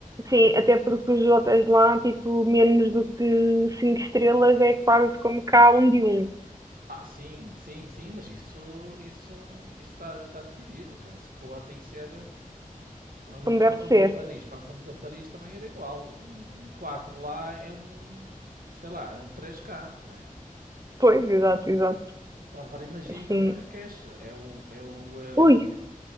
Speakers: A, on the right; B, on the right.
A: sim, até porque os hotéis lá, tipo, menos do que 5 estrelas é quase como cá um de um,
B: Ah, sim, sim, sim, mas isso, isso, isso está, está decidido. tem- Se for, tem que ser. Lembro
A: como
B: quando
A: deve
B: fomos
A: ser.
B: a Paris. Quando fomos a Paris também era igual. Um, um 4 lá é um, sei lá, é um três k não é?
A: Pois, exato, exato.
B: Pá, Agora imagina
A: Assim,
B: Marrakech. É o, é o,
A: ui,
B: hum,